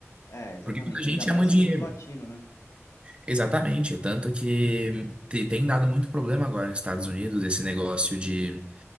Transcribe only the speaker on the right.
Porque muita gente
ama dinheiro.
Exatamente, tanto que te- tem dado muito problema agora nos Estados Unidos esse negócio de